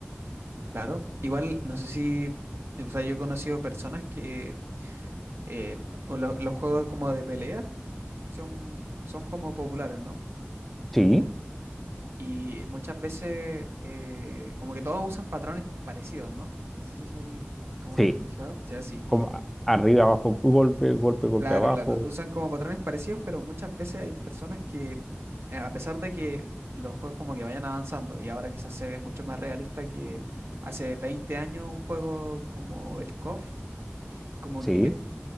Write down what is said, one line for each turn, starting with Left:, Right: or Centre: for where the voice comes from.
Right: Claro. Igual, no sé si, o sea, yo he conocido personas que eh, o lo- los juegos como de pelea son, son como populares, ¿no?
Centre: Sí,
Right: Y muchas veces, eh, como que todos usan patrones parecidos, ¿no? No sé si, si como
Centre: sí,
Right: te has fijado. O sea, sí.
Centre: como a- arriba, abajo, golpe, golpe, golpe,
Right: Claro,
Centre: abajo.
Right: claro. Usan como patrones parecidos, pero muchas veces hay personas que, eh, a pesar de que los juegos como que vayan avanzando, y ahora quizás se ve mucho más realista que hace 20 años un juego como el CoF, como
Centre: Sí,
Right: que